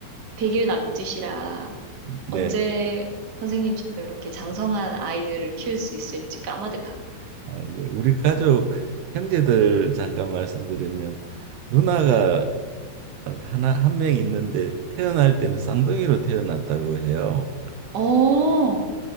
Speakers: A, on the right; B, on the right.
A: 100일 남짓이라
B: 네.
A: 언제 선생님처럼 이렇게 장성한 아이들을 키울 수 있을지 까마득합니다.
B: 아, 예. 우리 가족 형제들 잠깐 말씀드리면 누나가 어, 하나 한 명 있는데 태어날 때는 쌍둥이로 태어났다고 해요.
A: 어,